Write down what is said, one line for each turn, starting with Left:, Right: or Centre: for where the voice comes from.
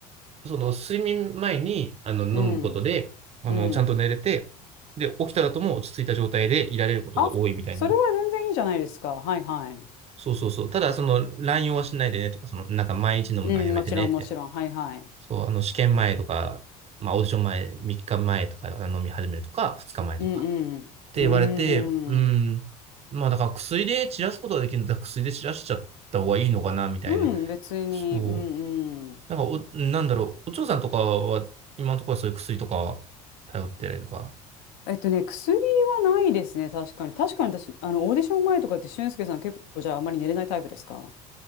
Right: その睡眠前に、あの、飲むことで、
Left: うん
Right: あの、
Left: うん。
Right: ちゃんと寝れて、で、起きた後も落ち着いた状態でいられることが多いみたいな。
Left: あ、それは全然いいじゃないですか。はいはい。
Right: そうそうそう。ただ、その、乱用はしないでねとか、その、なんか毎日飲むのはやめてねって。
Left: うん、もちろんもちろん。はいはい。
Right: そう、あの、試験前とか、まあ、オーディション前、3日前とか飲み始めるとか、2日前とか。
Left: うんうん。
Right: って言われて、
Left: うんうん。
Right: うん。まあだから薬で散らすことができるんだら薬で散らしちゃった方がいいのかな、みたいな。
Left: うん、別に。
Right: そう。
Left: うんうん。
Right: なんかお、なんだろう。お嬢さんとかは、今のところはそういう薬とか頼ってるとか。
Left: えっとね、薬はないですね、確かに。確かに私、あの、オーディション前とかって、俊介さん結構、じゃあ、あまり寝れないタイプですか